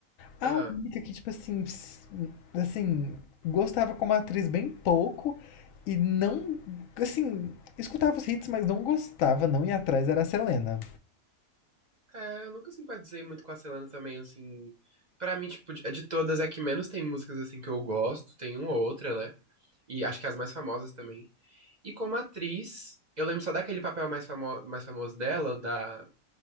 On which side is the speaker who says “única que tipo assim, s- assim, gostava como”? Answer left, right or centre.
Left